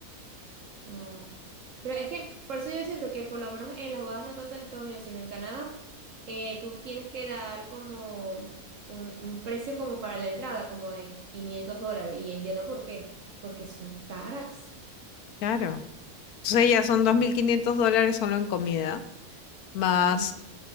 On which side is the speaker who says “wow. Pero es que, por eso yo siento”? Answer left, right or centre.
Right